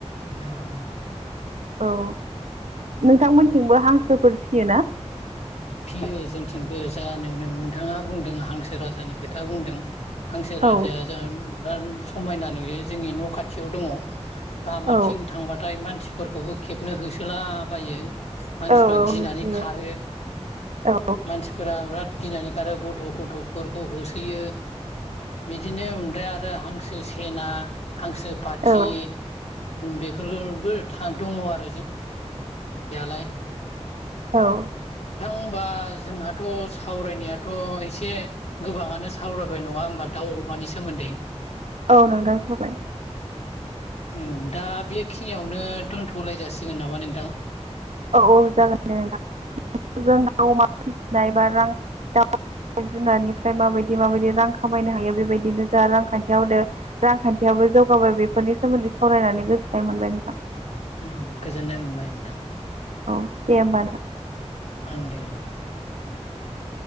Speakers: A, on the left; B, on the right.
A: नंगौ
B: औ नोंथांमोनथिंबो हांसोफोर फिसियो ना?
A: फियो जोंथिंबो। जा न नोंथाङा बुंदों हांसो राजानि खोथा बुंदों हांसो राजाया
B: औ
A: जों बिरा समायना नुयो। जोंनि न' खाथियाव दङ। लामाथिं
B: औ
A: थांबाथाय मानसिफोरखौबो खेबनो होसोलाबायो। मानसिफ्रा
B: औ
A: गिनानै
B: होसोयो
A: खारो
B: औ
A: मानसिफोरा बिराद गिनानै खारो गथ' गथ' गथ'फोरखौ होसोयो। बिदिनो ओमफ्राय आरो हांसो सेना हांसो पाथि
B: औ
A: बेफोरबो दङ आरो। जों गदालाय <unintelligible> <inaudible>
B: औ।
A: होनबा जोंहाथ' सावरायनायाथ' एसे गोबाङानो सै। सावरायबाय नङा होमबा दाउ अमानि सोमोन्दै।
B: औ नोंथां सबाय
A: उम। दा बेखिनियावनो दोनथ'लाय जासिगोन नामा नोंथां?
B: औ औ जागोन नोंथां। जों दा अमा फिसिनाय बा रां दाउ जिब जुनारनिफ्राय माबायदि माबायदि रां खामायनो हायो। बेबायदिनो जा रांखान्थियाव होदो रांखान्थियावो जौगाबाय बेफोरनि सोमोन्दै सावरायनानै गोजोननाय मोनबाय नोंथां।
A: उम। गोजोननाय मोनबाय नोंथां।
B: औ। दे होमबा नोंथां
A: ओं दे।